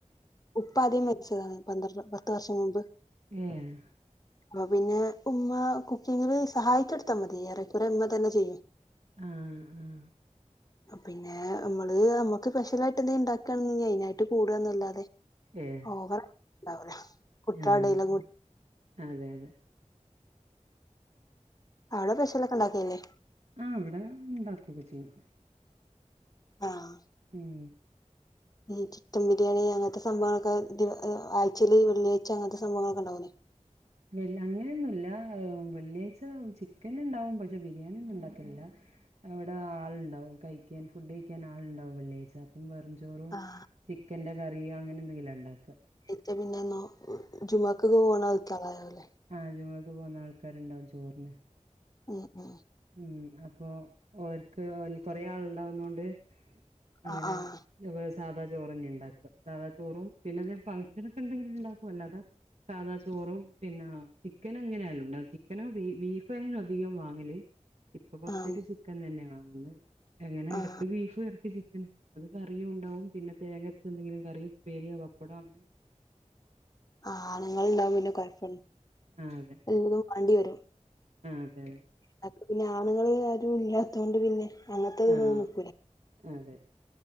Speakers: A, on the left; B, on the right.
A: ഉപ്പാദ്യം മര്ച്ചതാണ് പന്ത്രണ്ട് പത്ത് വർഷം മുമ്പ്
B: ഏഹ്
A: പ്പൊ പിന്നെ ഉമ്മ കുക്കിങ്ങില് സഹായിചൊട്ത്താ മതി ഏറെക്കുറെ മ്മതന്നെ ചെയ്യും
B: ആഹ് ആഹ്
A: പിന്നെ അമ്മള് അമ്ക്ക് സ്പെഷ്യലായിട്ട് എന്തേണ്ടാക്കാണഞ്ഞിഅയ്തിനായിട്ട് കൂടന്നല്ലാതെ
B: ഏ
A: ഓവർ ണ്ടാവൊല്ലേ കുട്യോളടേല്
B: ആഹ് അതെ അതെ
A: അവടെ പെഷ്ലക്കെണ്ടാക്കലില്ലേ
B: ആഹ് ഇവടെ ഇണ്ടാകൊക്കെ ചെയ്യും
A: ആഹ്
B: ഉം
A: ഈ ചിക്കൻ ബിരിയാണി അങ്ങൻ ത്തെ സംഭവളൊക്കെ ദി ആഴ്ചേല് ഒരു വെള്ളിയാഴ്ച അങ്ങൻത്തെ സംഭവങ്ങളൊക്കെ ണ്ടാവുലേ
B: വെള്ളി അങ്ങനെന്നും ഇല്ലവെള്ളിയാഴ്ച ചിക്കൻ ഇണ്ടാവും പക്ഷെ ബിരിയാണി ഒന്നും ഉണ്ടാകൽല്ല അവിടെ ആളുണ്ടാവും കഴിക്കാൻ ഫുഡ് കഴിക്കാൻ ആളുണ്ടാവും വെള്ളിയാഴ്ച വെറഞ്ചോറും
A: ആഹ്
B: ചിക്കന്റെ കറിയും അങ്ങനെ എന്തെങ്കില ഇണ്ടാക്ക
A: ത്തെ പിന്നെന്നോ ജുമാക്കൊക്കെ പോണ ആൾക്കാരാവു അല്ലേ
B: ആഹ് ജുമക്ക് പോണ ആൾക്കാര് ഇണ്ടാവും ചോറിന്
A: ഉം ഉം
B: ഉം അപ്പൊ ഓര്ക്ക് കൊറേ ആൾ ഇണ്ടാവുന്നൊണ്ട് അങ്ങനെ
A: ആഹ് ആഹ്
B: സാധാ ചോറ്ന്നെ ഇണ്ടാക്കുക സാധാ ചോറും പിന്നെ ഫംഗ്ഷന ഒക്കെ ഇണ്ടെങ്കിൽ ഇണ്ടാക്കും അല്ലാതെ സാദാ ചോറും പിന്നെ ചിക്കനും ഇങ്ങനെയാലും ഇണ്ട ചിക്കനും ബീഫയും അധികം വാങ്ങല് ഇപ്പൊ കൊറച്ചായിട്ട്
A: ആഹ്
B: ചിക്കൻ തന്നെ വാങ്ങന്ന് എങ്ങനെ ഇടക്ക്
A: ആഹ്
B: ബീഫ് വരട്ടി ചിക്കന് അത് കറിയും ഉണ്ടാവും പിന്നെ തേങ്ങരച്ച എന്തെങ്കിലും കറിയും ഉപ്പേരിയോ പപ്പടോ അങ്ങനെ
A: ആണ്ങ്ങൾ ഉണ്ടാകുബോ പിന്നെ കൊഴപ്പ
B: ആഹ്
A: എല്ലും വാണ്ടി വരും
B: ആഹ് അതെ അതെ
A: അനക്ക പിന്നെ ആണുങ്ങൾ ആരും ഇല്ലാത്തോണ്ട് പിന്നെ അങ്ങനത്തെ ഇതൊന്നും
B: ആഹ്
A: നിക്കൂല
B: അതെ